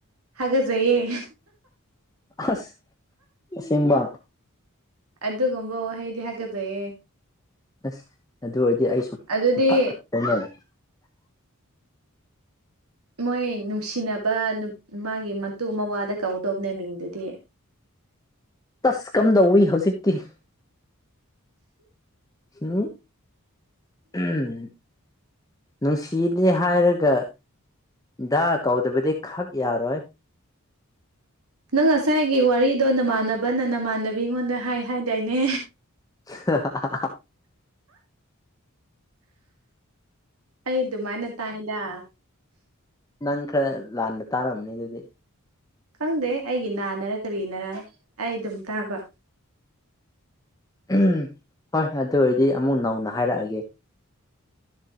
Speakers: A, on the right (about 85°); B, on the left (about 15°).
A: ꯍꯥꯒꯖꯩꯌꯦ
B: ꯑꯁ ꯑꯁꯦꯡꯕ
A: ꯑꯗꯨꯒꯨꯝꯕ ꯋꯥ ꯍꯩꯗꯤ ꯍꯥꯒꯖꯩꯌꯦ
B: ꯑꯁ ꯑꯗꯨ ꯑꯣꯏꯔꯗꯤ ꯑꯩꯁꯨ
A: ꯑꯗꯨꯗꯤ
B: ꯁꯨꯝ ꯐꯠ ꯐꯠꯂꫭꯏꯅꯦ꯫
A: ꯃꯣꯏ ꯅꯨꯡꯁꯤꯅꯕ ꯅꯨ ꯃꯥꯒꯤ ꯃꯇꯨ ꯃꯋꯥꯗ ꯀꯧꯗꯧꯅꯦ ꯃꯤꯡꯗꯨꯗꯤ
B: ꯇꯁ ꯀꯝꯗꯧꯋꯤ ꯍꯧꯖꯤꯛꯇꯤ ꯍꯝ ꯎꯝ ꯅꯨꯡꯁꯤꯗꯤ ꯍꯥꯏꯔꯒ ꯗꯥ ꯀꯧꯗꯕꯗꯤ ꯈꯛ ꯌꯥꯔꯣꯏ꯫
A: ꯅꯪ ꯉꯁꯥꯏꯒꯤ ꯋꯥꯔꯤꯗꯣ ꯅꯃꯥꯟꯅꯕꯅ ꯅꯃꯥꯟꯅꯕꯤ ꯑꯩꯉꯣꯟꯗ ꯍꯥꯏ ꯍꯥꯏꯗꯥꯏꯅꯦ
B: <inaudible>
A: ꯑꯩ ꯑꯗꯨꯃꯥꯏꯅ ꯇꯥꯏꯗ
B: ꯅꯪ ꯈꯔ ꯂꯥꯟꯅ ꯇꯥꯔꯝꯅꯤ ꯑꯗꯨꯗꯤ
A: ꯈꯪꯗꯦꯍꯦ ꯑꯩꯒꯤ ꯅꯥꯅꯔ ꯀꯔꯤꯅꯔ ꯑꯩ ꯑꯗꯨꯝ ꯇꯥꯕ
B: ꯎꯝ ꯍꯣꯏ ꯑꯗꯨ ꯑꯣꯏꯔꯗꯤ ꯑꯃꯨꯛ ꯅꯧ ꯅꯥ ꯍꯥꯏꯔꯛꯑꯒꯦ